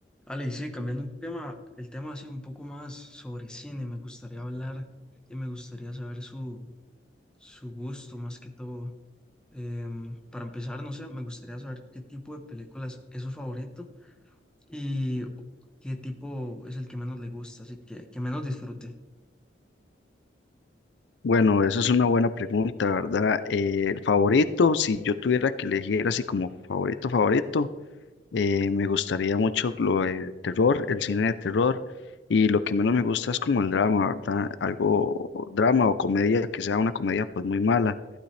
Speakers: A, in the centre; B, on the left (about 75°).
A: Ale, y sí, cambiando un tema, el tema así un poco más sobre cine, me gustaría hablar y me gustaría saber su, su gusto más que todo. Em, para empezar, no sé, me gustaría saber qué tipo de películas es su favorito y qué tipo es el que menos le gusta, así que que menos disfrute.
B: Bueno, eso es una buena pregunta, ¿verdad? Eh, el favorito, si yo tuviera que elegir así como favorito, favorito, eh, me gustaría mucho lo de terror, el cine de terror, y lo que menos me gusta es como el drama, ¿verdad? Algo drama o comedia, que sea una comedia pues muy mala,